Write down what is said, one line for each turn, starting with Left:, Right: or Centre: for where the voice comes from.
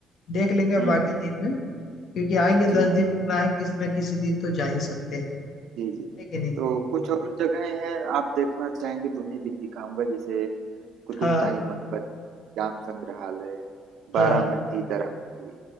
Left: देख लेंगे
Right: हम्म
Left: बाकी
Right: हम्म,
Left: दिन में क्योंकि आएंगे
Right: जी
Left: दस
Right: हाँ
Left: दिन
Right: जी
Left: रुकना है किसी ना किसी दिन तो जा ही सकते हैं
Right: जी जी
Left: है कि नहीं
Right: तो कुछ और जगहें हैं आप देखना चाहेंगे तो उन्हें भी दिखाऊंगा जैसे कुतुब
Left: हाँ
Right: शाही मकबर जाम संग्रहालय बारामती
Left: हाँ
Right: दरामती